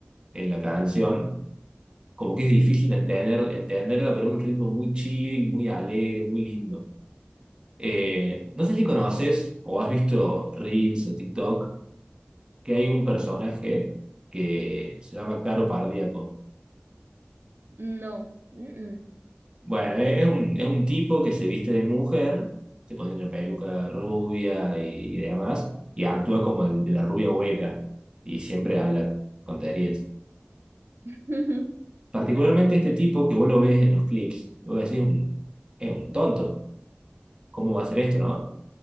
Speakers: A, on the right; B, on the right.
A: en la canción, como que es difícil de entender, entenderla, pero es un ritmo muy chill, muy alegre, muy lindo. Eh, no sé si conoces o has visto Reels o TikTok, que hay un personaje que se llama Caro Pardíaco.
B: No. mm,
A: Bueno, e- es un, es un tipo que se viste de mujer, se pone una peluca rubia y, y demás, y actúa como el de la rubia hueca, y siempre habla tonterías.
B: mm. <laughs>
A: Particularmente este tipo que vos lo ves en los clips, y vos decís, un, es un tonto, ¿cómo va a hacer esto, no?